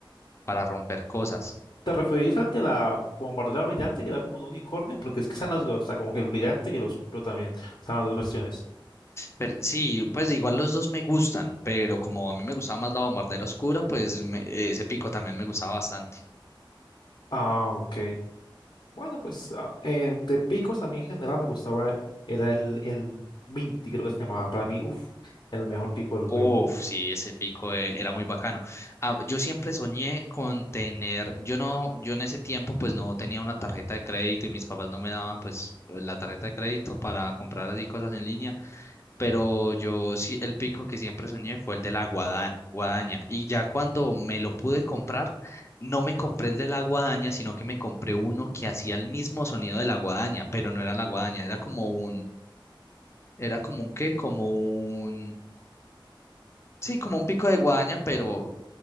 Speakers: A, on the left; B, on the left.
A: para romper cosas.
B: ¿Te referís al de la bombardera brillante que era como un unicornio? Porque es que están las dos, o sea, como que el brillante y el oscuro también. Están las dos versiones.
A: Pero sí, pues igual los dos me gustan, pero como a mí me gustaba más la bombardera oscura, pues me- ese pico también me gustaba bastante.
B: Ah, ok. Bueno, pues ah, eh, de picos a mí en general me gustaba, era el, el Minty, creo que se llamaba. Para mí, uff, el mejor pico del juego.
A: Uf, sí, ese pico eh, era muy bacano. Ah, yo siempre soñé con tener, yo no, yo en ese tiempo pues no tenía una tarjeta de crédito y mis papás no me daban pues la tarjeta de crédito para comprar así cosas en línea, pero yo sí, el pico que siempre soñé fue el de la guada- guadaña y ya cuando me lo pude comprar, no me compré el de la guadaña, sino que me compré uno que hacía el mismo sonido de la guadaña, pero no era la guadaña, era como un, era como un qué, como un... Sí, como un pico de guadaña, pero